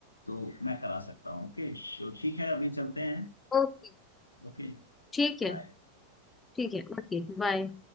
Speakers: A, on the left; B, on the left.
A: तो मैं करा सकता हूँ ओके तो ठीक है अभी चलते हैं
B: ओके
A: Okay
B: ठीक है
A: bye
B: ठीक है ओके बाय